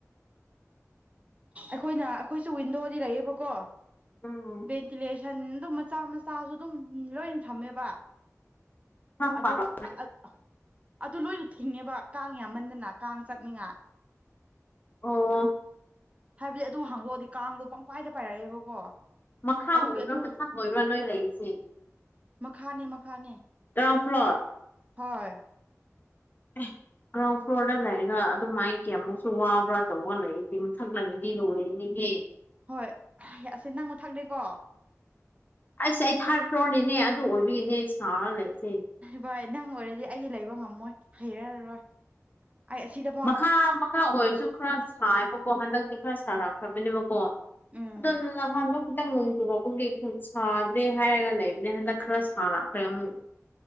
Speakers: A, on the right (about 25°); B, on the left (about 35°).
A: ꯑꯩꯈꯣꯏꯅ ꯑꯈꯣꯏꯁꯨ ꯋꯤꯟꯗꯣꯗꯤ ꯂꯩꯌꯦꯕꯀꯣ
B: ꯎꯝ
A: ꯚꯦꯟꯇꯤꯂꯦꯁꯟ ꯑꯗꯨꯝ ꯃꯆꯥ ꯃꯆꯥꯁꯨ ꯑꯗꯨꯝ ꯂꯣꯏꯅ ꯊꯝꯃꯦꯕ
B: ꯑꯣ
A: ꯑꯗꯨꯕꯨ ꯑꯥ ꯑꯗꯨ ꯂꯣꯏꯅ ꯊꯤꯡꯉꯦꯕ ꯀꯥꯡ ꯌꯥꯝꯃꯟꯗꯅ ꯀꯥꯡ ꯆꯠꯅꯤꯡꯉꯥ
B: ꯑꯣ
A: ꯍꯥꯏꯕꯗꯤ ꯑꯗꯨ ꯍꯥꯡꯗꯣꯛꯑꯗꯤ ꯀꯥꯡꯗꯣ ꯄꯪꯄꯥꯏꯗ ꯄꯥꯏꯔꯛꯑꯦꯕꯀꯣ
B: ꯃꯈꯥ
A: ꯑꯗꯨꯒꯤ
B: ꯑꯣꯏꯕ꯭ꯔꯥ
A: ꯑꯗꯨ
B: ꯃꯊꯛ ꯑꯣꯏꯕ꯭ꯔꯥ ꯅꯣꯏ ꯂꯩꯔꯤꯕꯁꯤ
A: ꯃꯈꯥꯅꯦ ꯃꯈꯥꯅꯦ
B: ꯭ꯒ꯭ꯔꯥꯎꯟ ꯐ꯭ꯂꯣꯔ
A: ꯍꯣꯏ
B: <unintelligible> ꯒ꯭ꯔꯥꯎꯟ ꯐ꯭ꯂꯣꯔꯗ ꯂꯩꯔꯒ ꯑꯗꯨꯃꯥꯏꯅ ꯀꯌꯥꯃꯨꯛꯁꯨ ꯋꯥꯕ꯭ꯔꯥ ꯇꯧꯔ ꯂꯩꯔꯤꯗꯤ ꯃꯊꯛ ꯂꯩꯔꯗꯤ ꯂꯣꯏꯔꯦꯅꯦꯍꯦ
A: ꯍꯣꯏ ꯑꯁꯤ ꯅꯪ ꯃꯊꯛꯅꯤꯀꯣ
B: ꯑꯁ ꯑꯩ ꯊꯥꯔꯠ ꯐ꯭ꯂꯣꯔꯅꯤꯅꯦ ꯑꯗꯨ ꯑꯣꯏꯕꯒꯤꯅꯦ ꯑꯩ ꯁꯥꯔꯒ ꯂꯩꯁꯦ
A: ꯚꯥꯏ ꯅꯪ ꯑꯣꯏꯔꯗꯤ ꯑꯩꯗꯤ ꯂꯩꯕ ꯉꯝꯃꯣꯏ ꯍꯩꯔꯔꯣꯏ ꯑꯩ ꯑꯁꯤꯗ ꯐꯥꯎ
B: ꯃꯈꯥ ꯃꯈꯥ ꯑꯣꯏꯔꯁꯨ ꯈꯔ ꯁꯥꯏꯕꯀꯣ ꯍꯟꯗꯛꯇꯤ ꯈꯔ ꯁꯥꯔꯛꯈ꯭ꯔꯕꯅꯦꯕꯀꯣ
A: ꯎꯝ
B: ꯑꯗꯨꯅ ꯅꯍꯥꯟꯗꯣ ꯈꯤꯇꯪ ꯅꯣꯡ ꯆꯨꯨꯔꯛꯄꯒꯤ ꯁꯥꯗ꯭ꯔꯦ ꯍꯥꯏꯔꯒ ꯂꯩꯕꯅꯦ ꯍꯟꯗꯛ ꯈꯔ ꯁꯥꯔꯛ ꯈ꯭ꯔꯦ ꯑꯃꯨꯛ